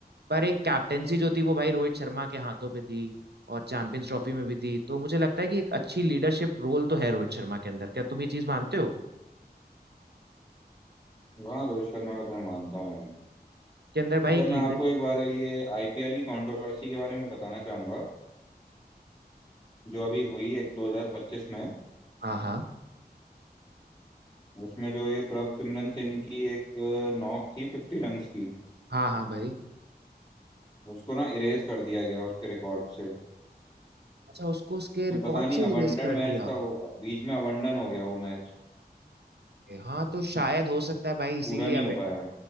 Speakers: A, on the right (about 75°); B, on the left (about 25°).
A: पर एक कैप्टेंसी जो थी वो भाई रोहित शर्मा के हाथों पे थी और चैंपियंस ट्रॉफी में भी थी तो मुझे लगता है कि एक अच्छी लीडरशिप रोल तो है रोहित शर्मा के अंदर क्या तुम ये चीज मानते हो
B: हाँ रोहित शर्मा का तो मैं मानता हूँ यार
A: के अंदर
B: अच्छा
A: भाई एक लीडर
B: मैं आपको एक बार ये आईपीएल की कंट्रोवर्सी के बारे में बताना चाहूंगा जो अभी हुई एक 2025 में
A: हाँ हाँ
B: उसमें जो ये प्रभसिमरन सिंह की एक अ, नॉक थी फिफ्टी रन की
A: हाँ हाँ भाई
B: उसको ना इरेज कर दिया गया उसके रिकॉर्ड से
A: अच्छा उसको उसके
B: तो
A: रिकॉर्ड
B: पता नहीं
A: से
B: अबंडन
A: ही रेस कर
B: मैच
A: दिया
B: था वो बीच में अबंडन हो गया वो मैच
A: हाँ तो शायद हो सकता है भाई इसीलिए
B: पूरा नहीं
A: अब
B: हो पाया